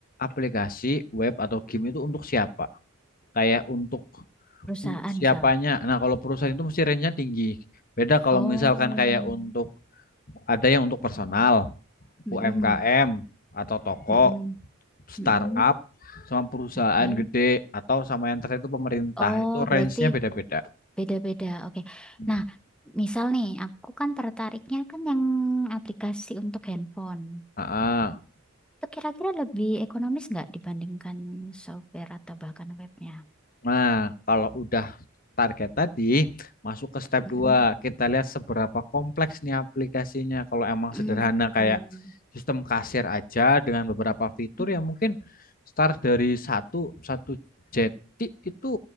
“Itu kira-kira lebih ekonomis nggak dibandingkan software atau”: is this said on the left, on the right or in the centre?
Centre